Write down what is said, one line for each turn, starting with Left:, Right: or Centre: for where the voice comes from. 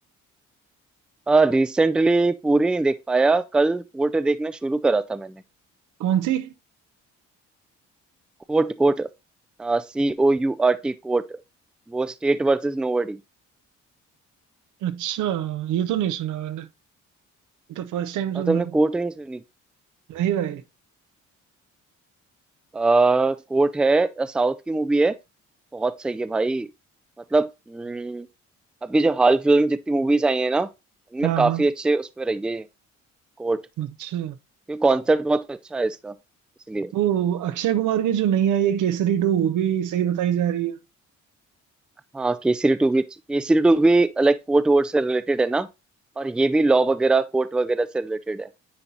Centre: आ, रिसेंटली पूरी नहीं देख पाया कल कोट देखना शुरू करा था मैंने
Right: कौन सी
Centre: Quote coat सी ओ यू आर टी coat वो स्टेट वर्सेस नोबडी
Right: अच्छा ये तो नहीं सुना मैंने ये तो फर्स्ट टाइम
Centre: और
Right: सुन
Centre: तुमने
Right: रहा हूँ
Centre: कोट नहीं सुनी
Right: नहीं भाई
Centre: कोर्ट है साउथ की मूवी है बहुत सही है भाई मतलब हम्म, अभी जो हाल फिलहाल में जितनी मूवीज आई है ना उनमें
Right: हाँ
Centre: काफी
Right: हाँ
Centre: अच्छे उस पर रही है कोर्ट
Right: अच्छा
Centre: क्योंकि कॉन्सेप्ट बहुत अच्छा है इसका इसलिए
Right: वो अक्षय कुमार की जो नई आई है केसरी टू वो भी सही बताई जा रही है
Centre: हाँ केसरी टू भी केसरी टू भी लाइक कोर्ट वोर्ट से रिलेटेड है ना और ये भी लॉ वगैरह कोर्ट वगैरह से रिलेटेड है